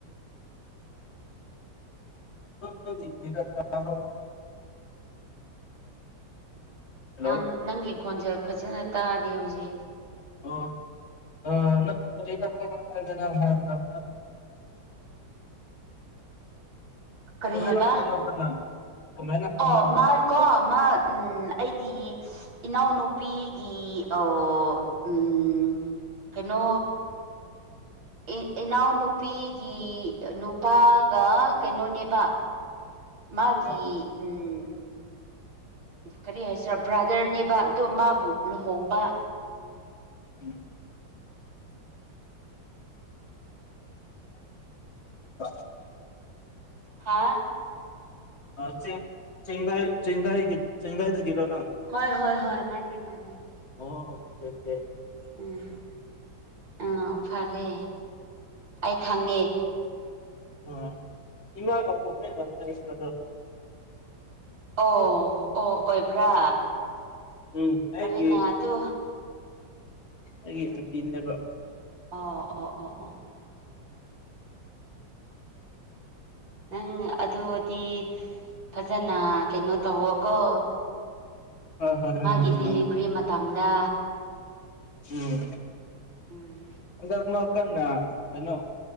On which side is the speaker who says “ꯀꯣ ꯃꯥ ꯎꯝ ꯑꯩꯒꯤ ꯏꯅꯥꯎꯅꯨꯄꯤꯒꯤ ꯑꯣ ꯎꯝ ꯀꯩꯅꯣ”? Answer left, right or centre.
Right